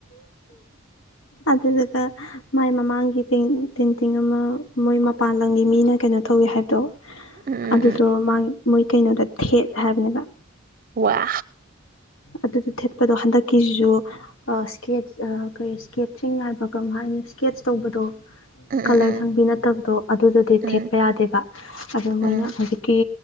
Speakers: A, on the left; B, on the right.
A: ꯑꯗꯨꯗꯨꯒ ꯃꯥꯏ ꯃꯃꯥꯡꯒꯤ ꯄꯦꯟꯇꯤꯡ ꯑꯃ ꯃꯣꯏ ꯃꯄꯥꯟ ꯂꯝꯒꯤ ꯃꯤꯅ ꯀꯩꯅꯣ ꯇꯧꯋꯤ ꯍꯥꯏꯕꯗꯣ
B: ꯎꯝ
A: ꯑꯗꯨꯗꯣ ꯃꯥ <unintelligible> ꯃꯣꯏ ꯀꯩꯅꯣꯗ ꯊꯦꯠ ꯍꯥꯏꯕꯅꯦꯕ
B: ꯋꯥ
A: ꯑꯗꯨꯗ ꯊꯦꯠꯄꯗꯣ ꯍꯟꯗꯛꯀꯤꯁꯤꯁꯨ ꯏꯁꯀꯦꯠ ꯀꯩ ꯏꯁꯀꯦꯠꯆꯤꯡ ꯍꯥꯏꯕ ꯀꯝ ꯍꯥꯏꯅꯤ ꯏꯁꯀꯦꯠꯁ ꯇꯧꯕꯗꯣ
B: ꯎꯝ
A: ꯀꯂꯔ
B: ꯎꯝ
A: ꯁꯪꯕꯤ ꯅꯠꯇꯕꯗꯣ ꯑꯗꯨꯗꯗꯤ
B: ꯎꯝ
A: ꯊꯦꯠꯄ ꯌꯥꯗꯦꯕ ꯑꯗꯨ ꯃꯣꯏꯅ
B: ꯎꯝ
A: ꯍꯧꯖꯤꯛꯀꯤ